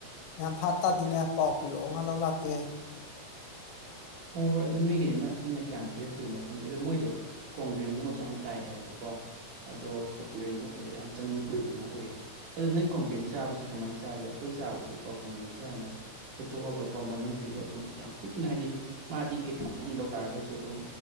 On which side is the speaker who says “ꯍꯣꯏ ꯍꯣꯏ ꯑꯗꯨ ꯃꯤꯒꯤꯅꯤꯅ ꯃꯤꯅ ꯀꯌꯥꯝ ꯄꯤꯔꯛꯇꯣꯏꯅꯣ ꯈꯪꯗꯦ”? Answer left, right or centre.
Right